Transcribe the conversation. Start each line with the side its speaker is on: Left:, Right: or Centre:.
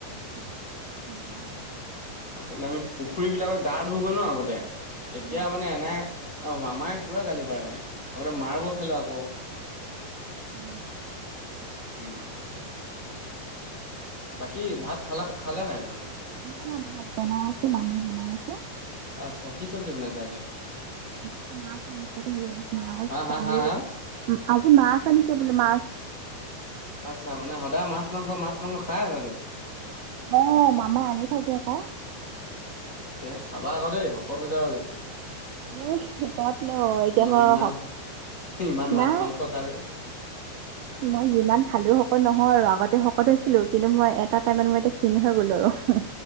Right: <unintelligible>
Left: আচলতে আমি পুখুৰীবিলাকত গা ধওগৈ ন' আগতে তেতিয়া
Right: অ অ অ
Left: মানে এনাই অহ, মামায়ে পুৰা গালি পাৰে মানে। আগতে মাৰ্বল খেলোঁ আকৌ।
Right: উম।
Left: উম। বাকী ভাত খালা, খালেনে নাই তুমি?
Right: নাই-নাই ভাত বনাই আছে, মামী বনাই আছে।
Left: আচ্ছা, কি চব্জি বনাইছে আজি?
Right: আজি মাছ আনিছে, মাছ
Left: হা হা
Right: আৰু
Left: হা হা
Right: আজি মাছ আনিছে বোলে মাছ।
Left: আচ্ছা, মানে সদায় মাছ-মাংস মাছ-মাংস খায়ে আছা তুমি?
Right: অহ, মামাই আনি থাকে আকৌ।
Left: তাকে চাবা আকৌ দেই, শকত হৈ যাব বেছি।
Right: এ কত ন এতিয়া
Left: ইমান
Right: মই
Left: ইমান
Right: শক
Left: ইমান মাছ-মাংস
Right: নাই
Left: খালে।
Right: মই যিমান খালেও শকত নহওঁ আৰু। আগতে শকত হৈছিলো। কিন্তু মই এটা টাইমত মই এতিয়া ক্ষীণ হৈ গ'লো আৰু।